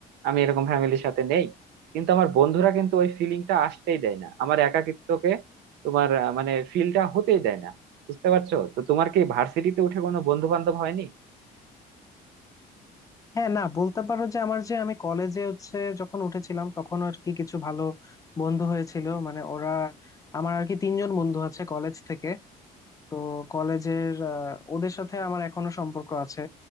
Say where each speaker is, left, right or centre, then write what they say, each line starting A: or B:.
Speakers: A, on the right; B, on the left.
A: আমি এরকম ফ্যামিলির সাথে নেই কিন্তু আমার বন্ধুরা কিন্তু ওই ফিলিংটা আসতেই দেয় না আমার একাকিত্বকে তোমার আহ, মানে ফিলটা হতেই দেয় না বুঝতে পারছো তো তোমার কি ভার্সিটিতে উঠে কোনো বন্ধু বান্ধব হয়নি
B: হ্যাঁ, না বলতে পারো যে আমার যে আমি কলেজে হচ্ছে যখন উঠেছিলাম তখন আর কি কিছু ভালো বন্ধু হয়েছিল মানে ওরা আমার আর কি তিনজন বন্ধু আছে কলেজ থেকে তো কলেজের আহ, ওদের সাথে আমার এখনো সম্পর্ক আছে